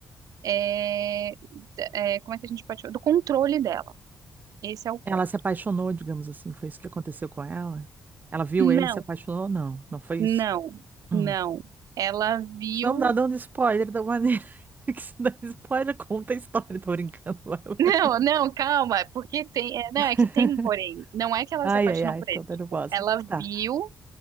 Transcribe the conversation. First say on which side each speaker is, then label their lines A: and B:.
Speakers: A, on the right; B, on the right.
A: é, é, como é que a gente pode falar? Do controle dela. Esse é o ponto.
B: Ela se apaixonou, digamos assim, foi isso que aconteceu com ela? Ela viu
A: Não,
B: ele, se apaixonou? Não, não foi
A: não,
B: isso.
A: não.
B: Hum.
A: Ela viu.
B: Isso não dá dando
A: <laughs>
B: spoiler da maneira <laughs> que se dá spoiler, conta a história, tô brincando. <laughs>
A: Não, não, calma, porque tem. É, não,
B: <laughs>
A: é que tem um porém. Não é que ela
B: Ai,
A: se apaixonou
B: ai, ai,
A: por
B: tô
A: ele.
B: nervosa.
A: Tipo, ela
B: Tá.
A: viu,